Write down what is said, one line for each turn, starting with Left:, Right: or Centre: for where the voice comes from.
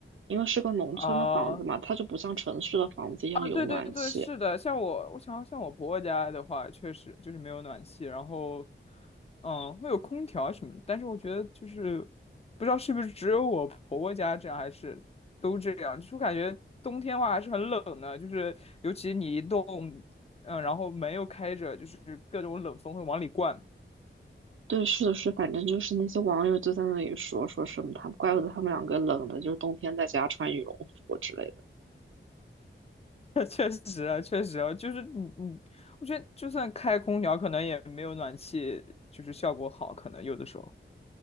Right: 因为是个农村的房子嘛，
Left: 哦
Right: 它就不像城市的房子一样有暖气。
Left: 啊，对对对，是的，像我，我想像我婆婆家的话，确实就是没有暖气，然后，嗯，会有空调什么的但是我觉得就是不知道是不是只有我婆婆家这样，还是都这样，就是我感觉冬天的话还是很冷的，就是尤其你一动，嗯，然后门又开着，就是各种冷风会往里灌。
Right: 对，是的是，反正就是那些网友就在那里说说什么他，怪不得他们两个冷的，就是冬天在家穿羽绒服之类的。
Left: <laughs> 确实啊，确实啊，就是你你，我觉得就算开空调，可能也没有暖气就是效果好，可能有的时候，